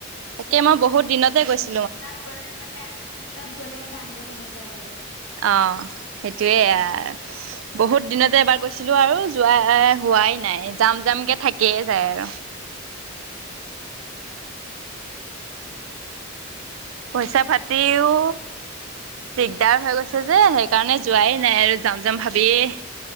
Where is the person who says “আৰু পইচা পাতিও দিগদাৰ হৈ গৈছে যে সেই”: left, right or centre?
Right